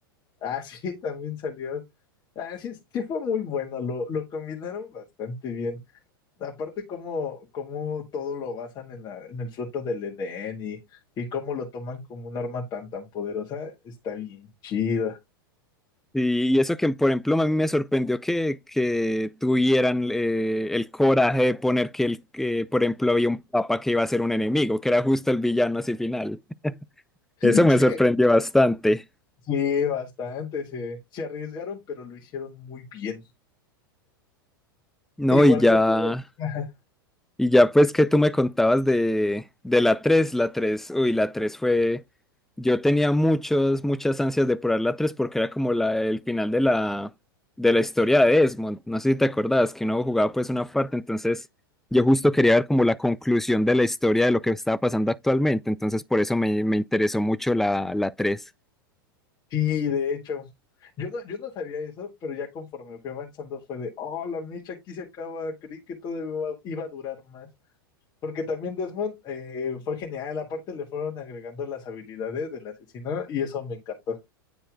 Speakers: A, on the left (about 35°); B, in the centre.
A: Ah, sí, <laughs> también salió. Ah, sí, sí fue muy bueno, lo, lo combinaron bastante bien. Aparte, cómo, cómo todo lo basan en, la, en el fruto del Edén y, y cómo lo toman como un arma tan, tan poderosa, está bien chido.
B: Y, y eso que, por ejemplo, a mí me sorprendió que, que tuvieran eh, el coraje de poner que, el, que, por ejemplo, había un papa que iba a ser un enemigo, que era justo el villano así final. <laughs>
A: <laughs>
B: Eso me sorprendió bastante.
A: Sí, bastante, se, se arriesgaron, pero lo hicieron muy bien.
B: No,
A: Igual
B: y ya.
A: contigo. <laughs> Ajá.
B: Y ya pues que tú me contabas de, de la tres la 3 uy, la 3 fue, yo tenía muchos, muchas ansias de probar la 3 porque era como la, el final de la, de la historia de Desmond, no sé si te acordabas que uno jugaba pues una parte, entonces yo justo quería ver como la conclusión de la historia de lo que estaba pasando actualmente, entonces por eso me, me interesó mucho la, la tres
A: Sí, de hecho. Yo no, yo no sabía eso, pero ya conforme fui avanzando fue de, oh, la mecha aquí se acaba, creí que todo iba, iba a durar más. Porque también Desmond eh, fue genial, aparte le fueron agregando las habilidades del asesino y eso me encantó.